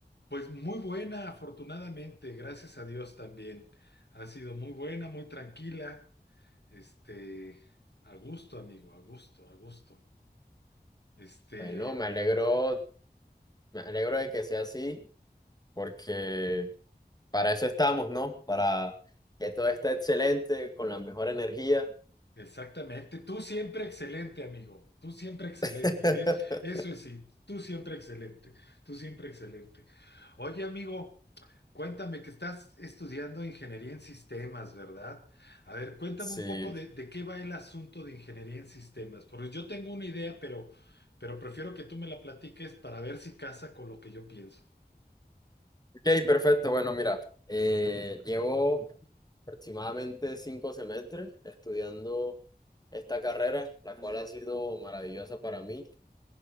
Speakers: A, on the left (about 80°); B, on the left (about 20°).
A: Pues muy buena, afortunadamente, gracias a Dios también. Ha sido muy buena, muy tranquila. Este, a gusto, amigo, a gusto, a gusto. Este,
B: Bueno, me alegro, me alegro de que sea así, porque para eso estamos, ¿no? Para que todo esté excelente, con la mejor energía.
A: Exactamente, tú siempre excelente, amigo, tú siempre excelente,
B: <laughs>
A: es, eso es sí, tú siempre excelente, tú siempre excelente. Oye, amigo, cuéntame que estás estudiando ingeniería en sistemas, ¿verdad? A ver, cuéntame
B: Sí.
A: un poco de, de qué va el asunto de ingeniería en sistemas, porque yo tengo una idea, pero, pero prefiero que tú me la platiques para ver si casa con lo que yo pienso.
B: Ok, perfecto. Bueno, mira, eh, llevo aproximadamente cinco semestres estudiando esta carrera, la cual ha sido maravillosa para mí.